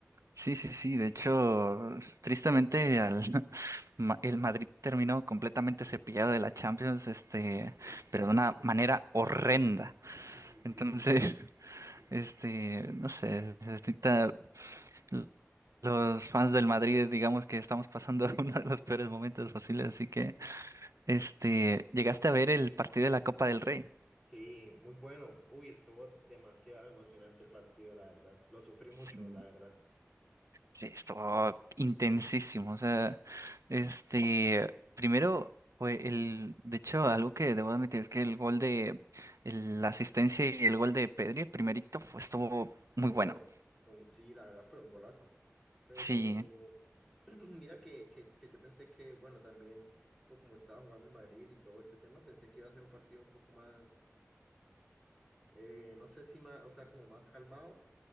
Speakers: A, on the right; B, in the centre.
A: sí, sí, sí. De hecho, tristemente al, <laughs> ma- el Madrid terminó completamente cepillado de la Champions, este,
B: <laughs>
A: pero
B: Sí.
A: de una manera horrenda.
B: Sí, sí,
A: Entonces, <laughs>
B: sí,
A: este, no sé, ahorita l- los fans del Madrid, digamos que estamos pasando <laughs> uno de los peores momentos posibles. Así que, este, ¿llegaste a ver el partido de la Copa del Rey?
B: sí, muy bueno. Uy, estuvo demasiado emocionante el partido, la verdad. Lo sufrí
A: Sí.
B: mucho, la verdad.
A: Sí, estuvo intensísimo. O sea, este, primero fue el, de hecho, algo que debo admitir es que el gol de el- la asistencia y el gol de Pedri, el primerito, fue, estuvo muy
B: Oh,
A: bueno.
B: fue un- sí, la verdad fue un golazo. Pero
A: Sí,
B: <clears throat> mira que, que, que yo pensé que, bueno, también por como estaba jugando el Madrid y todo este tema, pensé que iba a ser un partido un poco más, eh, no sé si más, o sea, como más calmado.